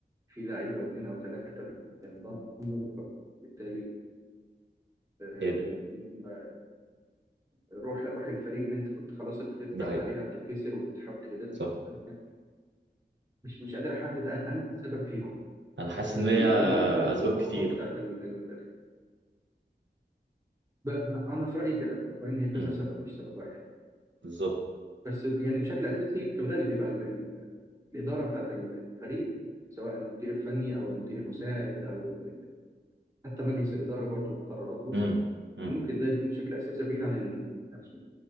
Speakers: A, on the right; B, on the right.
A: في لعيبة أو اتنين أو تلاتة بينضموا فبالتالي آه،
B: ايه
A: م- م- روح روح الفريق اللي أنت كنت خلاص ابتديت
B: دي
A: تتعود
B: حقيقة
A: عليها بتتكسر وتحاول تجددها
B: صح
A: مرة تانية مش مش قادر احدد أ- انت السبب فيهم
B: انا حاسس
A: آه،
B: ان هي
A: يمكن برضو فتره
B: اسباب
A: الضغوطات
B: كتير
A: بتاعت ال... ال... ال- بقى- انا في رايي كده مقارنة هي كذا
B: امم
A: سبب مش سبب واحد
B: بالظبط
A: بس يعني بشكل اساسي في الغالب بيبقى ال... ال... الاداره بتاعت ال- الفريق سواء المدير الفني او المدير المساعد او ال- حتى مجلس الاداره برضو بقراراته
B: امم امم
A: ممكن ده يكون بشكل اساسي بعيد عن ال... نفسه.